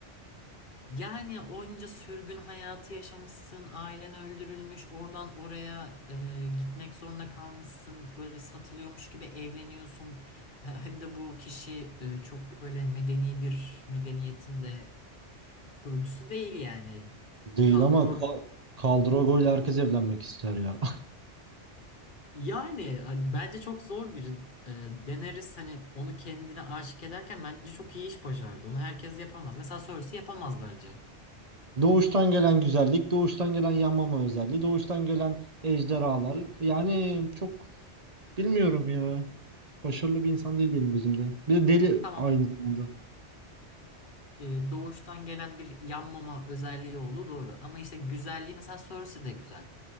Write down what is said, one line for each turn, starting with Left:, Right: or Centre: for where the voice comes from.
Left: Yani onca sürgün hayatı yaşamışsın, ailen öldürülmüş, oradan oraya e, gitmek zorunda kalmışsın, böyle satılıyormuş gibi evleniyorsun. E, Hem de bu kişi e, çok böyle medeni bir medeniyetin de kurucusu değil yani.
Right: Değil
Left: Kaldırog
Right: ama Ka- Kaldrogo ile herkes evlenmek ister ya.
Left: yani hani bence çok zor bir e, deneriz hani onu kendine aşık ederken bence çok iyi iş başardı. Onu herkes yapamaz. Mesela Cersei yapamaz bence.
Right: <laughs> Doğuştan gelen güzellik, doğuştan gelen yanmama özelliği, doğuştan gelen ejderhalar. Yani çok bilmiyorum ya. Başarılı bir insan değil benim gözümde. Bir de deli
Left: Tamam
Right: aynı zamanda.
Left: e, doğuştan gelen bir yanmama özelliği olduğu doğru. Ama işte güzelliği mesela Cersei de güzel.